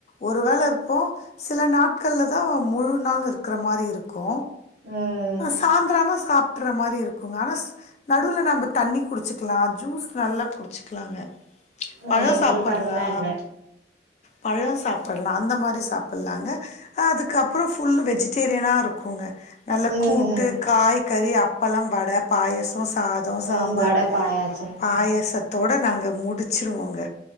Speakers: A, on the left; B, on the right.
A: ஒருவேள இருப்போ சில நாட்கள்ல தா முழு நாள் இருக்கிற மாரி இருக் கு
B: ம்
A: சாய்ந்தரோ ஆனா சாப்ட்ற மாரி இருக்குங்க ஆனா நடுல நம்ப தண்ணி குடிச்சிக்கலா ஜூஸ் நல்லா குடிச்சிக்கலாங்க
B: ம்
A: பழோ
B: எங்களுக்கு
A: சாப்பட்லா
B: அதெல்லா இல்ல
A: பழோ சாப்பட்லா அந்த மாரி சாப்பட்லாங்க அதுக்கப்பறோ ஃபுல்லு வெஜிடேரியனா இருக்குங்க நல்லா
B: ம்
A: கூட்டு
B: ம்
A: காய்கறி அப்பலம் வட பாயசோ சா தோ சாம்பார்
B: ம் வட பாயாசம்
A: பாயசத்தோட நாங்க முடிச்சிருவோங்க